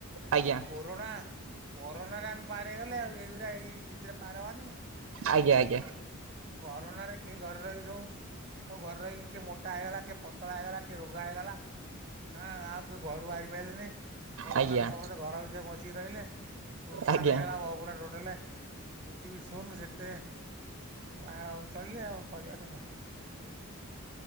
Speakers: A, on the right; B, on the right.
A: ଆଜ୍ଞା
B: ଏ କୋ୍ କରୁନା କରୋନାରେ ଆମେ ପାର ହେଇଗଲେ, ଆଉ ଏଇଗୁରା ଏଇରେ ପାର ହବାନି?
A: ଆଜ୍ଞା ଆଜ୍ଞା।
B: ଆ କରୋନାରେ କେହି ଘରେ ରହିକି ସବୁ, ସବୁ ଘରେ ରହିକ୍ କିଏ ମୋଟା ହେଇଗଲା, କିଏ ପତଳା ହେଇଗଲା, କିଏ ରୋଗା ହେଇଗଲା, ହାଁ ଆଉ କିଏ ଘରୁ ବାହାରି ପାଇଲେନି। କରୋନା
A: ଆଜ୍ଞା
B: ରେ ସମସ୍ତେ ଘର ଭିତରେ ପସିକି ରହିଲେ, ସୁନ୍ସାନ୍
A: ଆଜ୍ଞା।
B: ହେଇଗଲା ଗା ଟୋଡଲା ପୃଥିବୀ ଶୁନୁ, ସେତେ ଆଉ ଚଳିଲେ ଆଉ। ଳିଆ <inaudible>